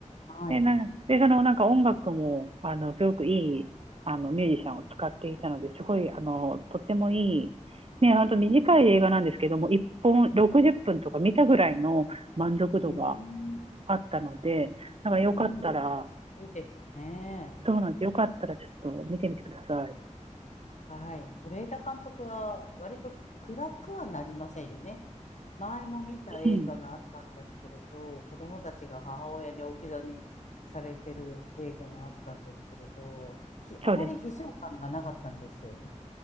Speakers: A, on the left; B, on the right.
A: はい。
B: で、なんで、そのなんか音楽も、あの、すごくいい、あの、ミュージシャンを使っていたので、すごい、あの、とってもいい、ね、ほんと短い映画なんですけども、1本60分とか見たぐらいの満足度が
A: うーん。
B: あったので、なんかよかったら、
A: うん。それはすごいですね。
B: そうなんです。よかったらちょっと見てみてください。
A: はい。是枝監督は割と暗くはなりませんよね。前も見た映画があったんですけれど、
B: うん。
A: 子供たちが母親に置き去りにされてる映画があったんですけれど、ひあまり悲壮感がなかったんですよ。
B: そうです。